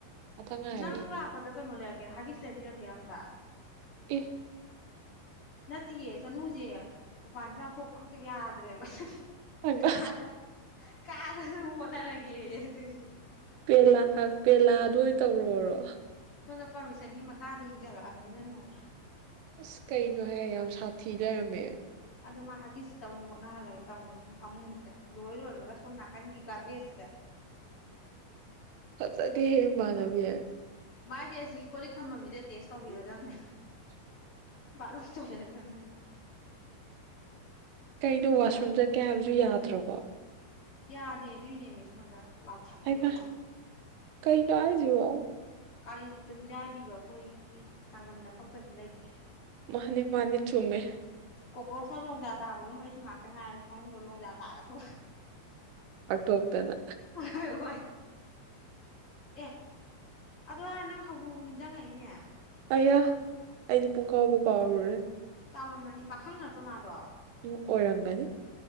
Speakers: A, on the right; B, on the left.
A: ꯉꯛꯇꯡ ꯉꯥꯏꯌꫭꯌꫭ
B: ꯅꯪ ꯂꯥꯛꯄꯗ ꯀꯩꯅꯣ ꯂꯩꯔꯛꯀꯦꯔꯥ ꯌꯥꯒꯤꯁ ꯂꯩꯕꯤꯔꯛꯀꯦꯔꯥ ꯑꯝꯇ
A: ꯑꯦ
B: ꯅꯠꯇꯦꯌꯦ ꯆꯅꯨꯁꯦ ꯃꯄꯥꯥꯟ ꯅꯤꯄꯥꯥꯟ ꯇꫭꯛꯄ ꯑꯝꯇ ꯌꯥꯗ꯭ꯔꯦꯕ
A: ꯍꯥꯏꯃ
B: ꯀꯥꯗ ꯀꯥꯗ ꯌꫭꯠꯅꯔꯒꯦꯌꯦ ꯑꯗꯨꯒꯤ
A: ꯄꯦꯂꯥ ꯄꯦꯂꯥ ꯑꯗꯨ ꯑꯣꯏꯅ ꯇꯧꯔꫭꯔꯣ
B: ꯁꯣꯝꯗ ꯄꯥꯔꯃꯤꯁꯟꯒꯤ ꯃꯈꯥꯗ ꯍꯤꯡꯖꯜꯂꯛꯑꯕꯅꯤꯅꯅꯦ
A: ꯑꯁ ꯀꯩꯅꯣꯍꯦ ꯌꯥꯝ ꯁꯥꯊꯤ ꯂꯩꯔꯝꯃꯦ
B: ꯑꯗꯨ ꯃꯥ ꯍꯒꯤꯠꯁꯇ ꯑꯣꯏꯅ ꯍꯣꯠꯅꯍꯜꯂꯒꯦ ꯇꯧꯕꯅꯦ ꯑꯗꯨꯝ ꯐꯃꯨꯡꯁꯤꯗ ꯂꯣꯏ ꯂꯣꯏꯕꯒ ꯁꯣꯝ ꯅꯥꯀꯟꯒꯤ ꯒꯥꯔꯕꯦꯖ
A: <unintelligible> ꯐꯖꯗꯦꯌꯦ ꯏꯃꯟꯅꯕꯤ
B: ꯃꯥꯗꯤ ꯑꯁꯤꯒꯤ ꯀꯣꯂꯤꯛ ꯊꯝꯐꯝꯁꯤꯗꯤ ꯑꯦꯇꯦꯁ ꯇꯧꯕꯤꯔꯗꯕꯅꯦ ꯕꯠꯔꯨꯝ ꯇꫭꯏꯂꯦꯠ ꯂꫭꯏꯅ
A: ꯀꯩꯅꯣ
B: ꯅꯩꯔꯛ
A: ꯋꯥꯁꯔꯨꯝꯗ ꯆꯠꯀꯦ ꯍꯥꯏꯕꯁꯨ ꯌꯥꯗ꯭ꯔꯕꯣ
B: ꯌꯥꯗꯦ ꯑꯗꯨꯏꯅꯦꯃꯤ ꯁꯣꯟꯗ ꯂꯥꯎꯊꯠꯅꯔꯤꯖꯦ
A: ꯍꯥꯏꯃ ꯀꯩꯅꯣ ꯍꯥꯏꯖꯤꯕꯣ
B: ꯀꯥꯂꯤꯖꯨꯛꯇ ꯃꯤꯔꯥꯏꯕꯤꯕ ꯑꯩꯈꯣꯏꯒꯤ ꯆꯥꯡꯗꯝꯅꯐꯝ ꯀꯩꯁꯨ ꯂꯩꯇꯦ
A: ꯃꯥꯅꯦ ꯃꯥꯅꯦ ꯆꯨꯝꯃꯦ
B: ꯀꯣꯀ꯭ꯔꯣꯁꯅ ꯂꯣꯡꯗꯥ ꯇꯥꯕꯒꯨꯝ ꯑꯩꯁꯨ ꯉꯥꯛ ꯈꯤꯇꯪ ꯉꯥꯏꯔꯦ ꯐꯃꯨꯡꯗ ꯂꯣꯡꯗꯥ ꯇꯥꯒꯗꯕ
A: ꯄꯥꯛꯊꯣꯛꯇꯅ
B: ꯍꯣꯏ ꯍꯣꯏ ꯍꯣꯏ ꯑꯦ ꯑꯗꯨ ꯍꯥꯏꯔ ꯅꯪ ꯍꯧꯗꯣꯡꯗꯣ ꯅꯤꯡꯖꯪꯉꯛꯏꯅꯦ
A: ꯑꯌꯥ ꯑꯩꯗꯤ ꯄꯨꯨꯡꯀꯥꯎꯕꯨ ꯀꯥꯎꯔꯨꯔꯦ
B: ꯆꯥꯎꯔꯝꯃꯅꯤ ꯄꯥꯈꯪ ꯅꯠꯇ꯭ꯔꯣ ꯃꯥꯗꯣ
A: ꯎꯝ ꯑꯣꯏꯔꯝꯒꯅꯤ